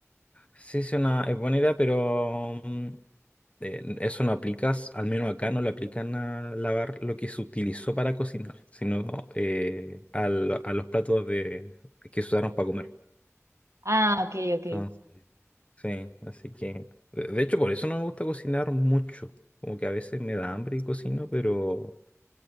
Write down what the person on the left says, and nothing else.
sí, es una es buena idea, pero mm, eh, eso no aplicas, al menos acá no le aplican a lavar lo que se utilizó para cocinar, sino eh, al- a los platos de, que se usaron para comer.
Entonces, sí, así que, de de hecho, por eso no me gusta cocinar mucho. Como que a veces me da hambre y cocino, pero